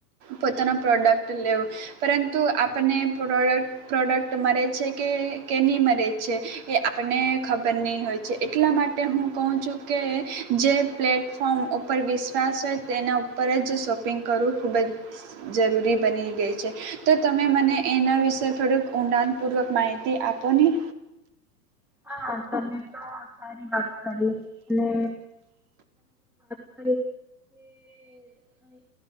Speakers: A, on the right; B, in the centre.
A: પોતાનો પ્રોડક્ટ લેવું પરંતુ આપણને પ્રોડક્ટ પ્રોડક્ટ મલે છે કે કે ની મલે છે એ આપણને ખબર ની હોય છે એટલા માટે હું કહુ છું કે જે પ્લેટફોર્મ ઉપર વિશ્વાસ જ તેના ઉપર જ શોપિંગ કરવું ખૂબ જ જરૂરી બની ગઈ છે. તો તમે મને એના વિશે થોડુંક ઊંડાણપૂર્વક માહિતી આપો ની.
B: હા તમે તો સારી વાત કરી ને <inaudible> <unintelligible>